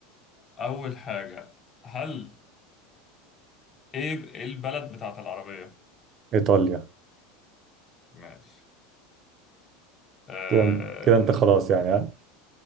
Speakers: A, on the left; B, on the right.
A: أول حاجة هل إيه إيه البلد بتاعت العربية؟
B: ايطاليا
A: ماشي آه
B: كده كده انت خلاص يعني <laughs>